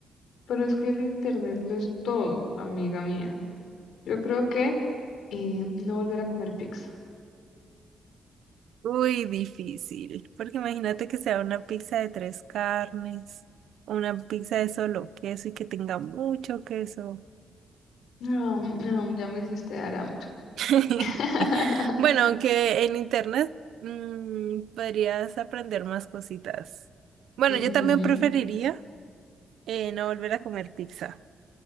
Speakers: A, on the left; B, on the right.
A: Pero es que el internet lo es todo, amiga mía. Yo creo que eh, no volver a comer pizza.
B: Uy, difícil, porque imagínate que sea una pizza de tres carnes, una pizza de solo queso y que tenga mucho queso.
A: No, no, ya me hiciste dar hambre.
B: <laughs>
A: <laughs>
B: Bueno, aunque en internet mm, podrías aprender más cositas. Bueno,
A: Ujú,
B: yo también preferiría eh, no volver a comer pizza.